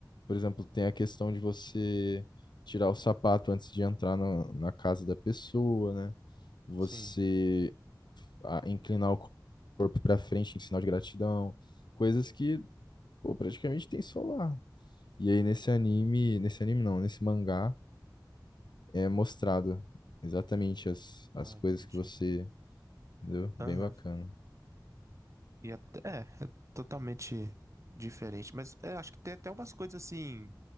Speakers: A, on the left; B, on the right.
A: Por exemplo, tem a questão de você tirar o sapato antes de entrar na na casa da pessoa, né? Você
B: Sim.
A: ah, inclinar o corpo para frente em sinal de gratidão, coisas que, pô, praticamente tem só lá. E aí nesse anime,
B: Sim.
A: nesse anime não, nesse mangá é mostrado exatamente as, as
B: Ah,
A: coisas
B: entendi.
A: que você, entendeu? Bem
B: Aham.
A: bacana.
B: E até, é, é totalmente diferente. Mas é, acho que tem até umas coisas assim.